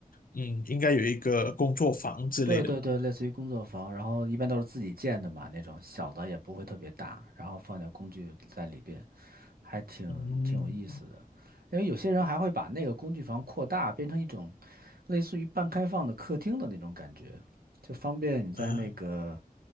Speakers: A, on the left (about 70°); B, on the right (about 80°).
A: 嗯，应该有一个工作房之类的。
B: 对对对，类似于工作房，然后一般都是自己建的嘛，那种小的也不会特别大，然后放点工具在里边，还挺挺有意思的。
A: 嗯，
B: 因为有些人还会把那个工具房扩大，变成一种类似于半开放的客厅的那种感觉，就方便你在那个
A: 啊。